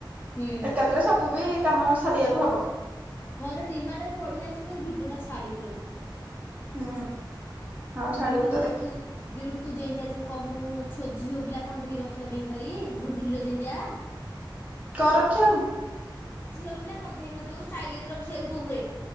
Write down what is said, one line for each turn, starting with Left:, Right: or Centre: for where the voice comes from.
Left: ହୁଁ
Right: ଏକାଥରେ ସବୁ ବି କାମ ସାରିବାକୁ ହବ।
Left: ହଁ ରେ ଡି ମାଟ୍ ବି ବଢିଆ ହେଇଛି ତତେ ଏଇ ଭିଡିଓ ଟା ଛାଡିବି ରହ।
Right: ହୁଁ। ଆଉ ଛାଡିବୁ
Left: ବିଉଡି
Right: ତ
Left: ଯୋଉ
Right: ଦେଖି
Left: ତୁ। ବିଉଟୀ ତୁ ଯେନ୍ତିଆ ଯୋଉ କହୁନୁ ଛୁ ଝିଅପିଲା କଣ୍ଢେଇ ରଖିବା ପାଇଁ ଖାଲି ଡୁଡୁଲି ର ଯେନ୍ତିତିଆ।
Right: କଁ ରଖିବାକୁ।
Left: ଝିଅ ପିଲା କଣ୍ଡେଇ ମ ଯୋଉ ଷ୍ଟାଇଲ୍ ରେ ରଖିବାକୁ ରୁମ ରେ।